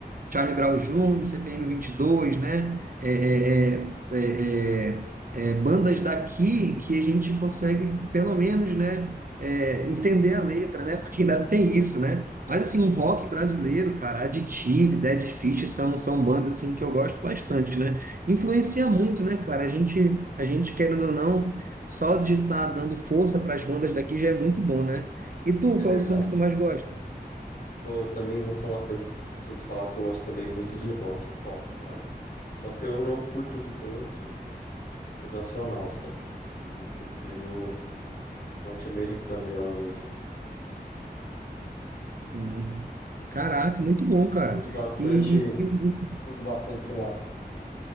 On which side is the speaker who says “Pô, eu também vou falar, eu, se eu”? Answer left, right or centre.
Left